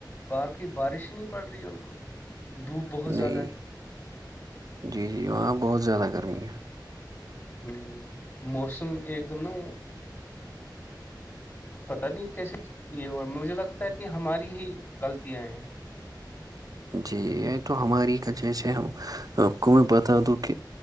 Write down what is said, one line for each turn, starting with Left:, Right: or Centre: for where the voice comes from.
Left: باہر کی بارش ہی نہیں پڑ رہی ان کو دھوپ بہت
Right: نہیں
Left: زیادہ
Right: جی جی وہاں بہت زیادہ کر گم ہے
Left: ہوں موسم ایک دم نا پت نہیں کیسے یہ ہو مجھے لگتا ہے کہ ہماری ہی غلطیاں ہیں
Right: جی یہ تو ہماری کا جیسے ہم آپ کو میں بتا تو کہ